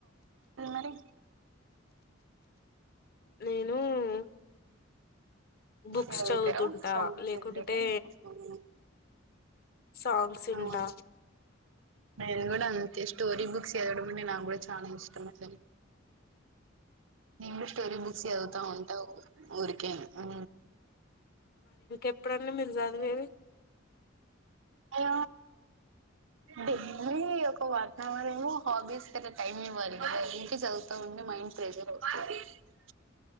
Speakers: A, on the right; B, on the left.
A: మరి
B: నేను ఉహ్ బుక్స్
A: చదువుతారా
B: చదువుతుంటా
A: సాంగ్స్
B: లేకుంటే
A: వింటారా
B: సాంగ్స్ వింటూ
A: అవును నేను కూడా అంతే స్టోరిీ బుక్స్ చదవడం అంటే నాకు కూడా చాలా ఇష్టం అ నేను స్టోరి బుక్స్ ఎవతా ఉంటావు ఊరికేను
B: ఎప్పుడన్న మీరూ చదువు ఏదీ
A: అో డైలీ ఒక వన్ అవర్ ఏమో హాబీస్ కి టైమ్ ఇవ్వాలి కదా ఇంటి చదువుతా ఉంే మైండ్ ఫ్రెషర్ అవుతుంది <unintelligible>